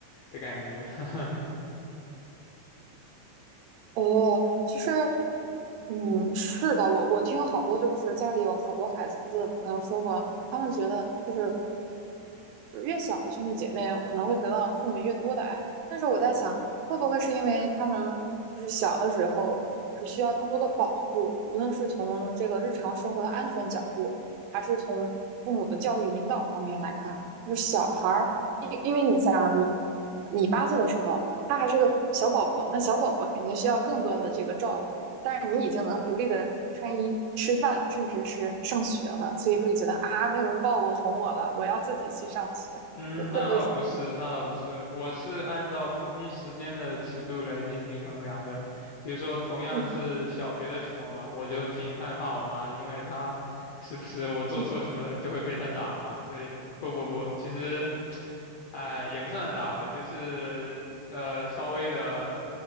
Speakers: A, on the left (about 75°); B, on the right (about 85°).
A: 的感觉。<laughs>
B: 哦，其实，嗯，是的，我我听好多就是家里有好多孩子的朋友说过，他们觉得就是就是越小的兄弟姐妹可能会得到父母越多的爱。但是我在想，会不会是因为他们就是小的时候就是需要更多的保护，无论是从这个日常生活的安全角度，还是从父母的教育引导方面来看，就是小孩儿，因因为你想啊你你八岁的时候，他还是个小宝宝，那小宝宝肯定需要更多的这个照顾。但是你已经能独立的穿衣、吃饭，甚至是上学了，所以会觉得啊，没有人抱我、哄我了，我要自己去上学，
A: 嗯，
B: 会会不会是？
A: 那倒不是，那倒不是，我是按照同一时间的尺度来进行衡量的。比如说，同样是小学的时候嘛，
B: 嗯
A: 我就挺害怕我妈的，因为她时不时我做错什么就会被她打嘛。
B: 嗯
A: 所以，不不不，其实。哎，也不算打吧，就是呃稍微的，